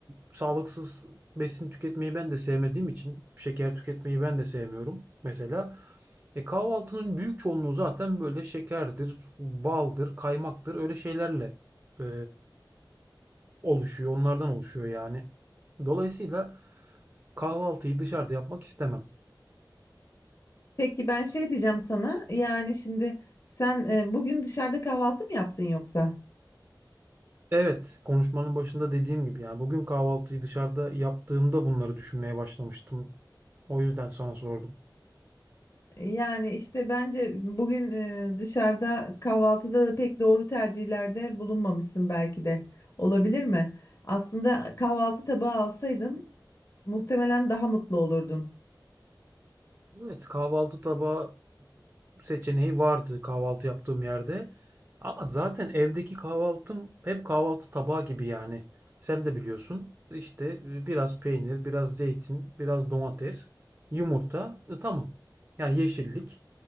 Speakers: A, on the right; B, on the left.
A: sağlıksız besin tüketmeyi ben de sevmediğim için şeker tüketmeyi ben de sevmiyorum mesela. E, kahvaltının büyük çoğunluğu zaten böyle şekerdir, baldır, kaymaktır öyle şeylerle e, oluşuyor. Onlardan oluşuyor yani. Dolayısıyla kahvaltıyı dışarıda yapmak istemem.
B: Peki ben şey diyeceğim sana. Yani şimdi sen e, bugün dışarıda kahvaltı mı yaptın yoksa?
A: Evet, konuşmanın başında dediğim gibi yani bugün kahvaltıyı dışarıda yaptığımda bunları düşünmeye başlamıştım. O yüzden sana sordum.
B: Yani işte bence bugün e, dışarıda kahvaltıda da pek doğru tercihlerde bulunmamışsın belki de. Olabilir mi? Aslında kahvaltı tabağı alsaydın muhtemelen daha mutlu olurdun.
A: Evet, kahvaltı tabağı seçeneği vardı kahvaltı yaptığım yerde. Ama zaten evdeki kahvaltım hep kahvaltı tabağı gibi yani. Sen de biliyorsun. İşte e, biraz peynir, biraz zeytin, biraz domates, yumurta. E, tamam. Yani yeşillik.